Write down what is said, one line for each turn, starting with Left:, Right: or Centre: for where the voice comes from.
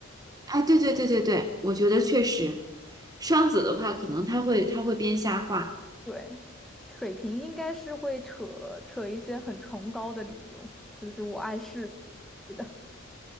Right: 哎，对对对对对，我觉得确实，双子的话可能他会他会编瞎话。
Centre: 对，水瓶应该是会扯扯一些很崇高的理由，就是我爱世对的。